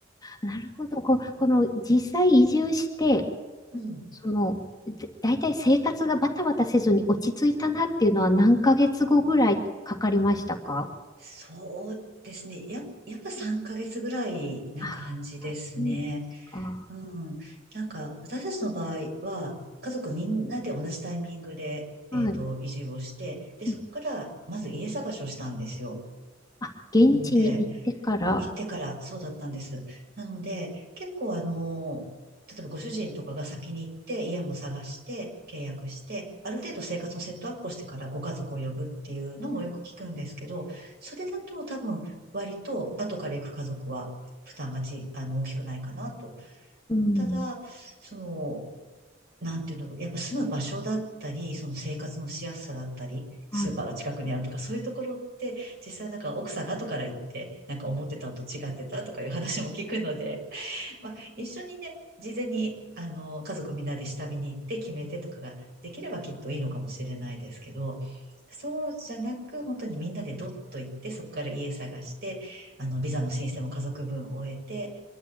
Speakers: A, on the left; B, on the right.
A: なるほど。こう、この実際移住して、
B: うん。
A: その、で大体生活がバタバタせずに落ち着いたなっていうのは何ヶ月後ぐらいかかりましたか
B: そうですね。や、やっぱ3ヶ月ぐらいな感じですね。
A: あ、そうですか。
B: うん。なんか、私たちの場合は、家族みんなで同じタイミングで、えっと、
A: はい。
B: 移住をして、で、そこから、
A: うん
B: まず家探しをしたんですよ。
A: あ、現地に行ってから、
B: なので、行ってからそうだったんです。なので、結構あの、例えばご主人とかが先に行って家も探して契約して、ある程度生活のセットアップをしてからご家族を呼ぶっていうのもよく聞くんですけど、それだと多分割と後から行く家族は負担がち、あの、大きくないかなと。
A: うん。
B: ただ、その、なんていうの、やっぱ住む場所だったり、その生活のしやすさだったり、スーパーが近くにあるとか、
A: あ、
B: そういうところって、実際なんか奥さんが後から行って、なんか思ってたのと違ってたとかいう話も聞くので、<laughs> まあ一緒にね、事前に、あの、家族みんなで下見に行って決めてとかができればきっといいのかもしれないですけど、そうじゃなく、本当にみんなでドッと行って、そこから家探して、あの、ビザの申請も家族分終えて、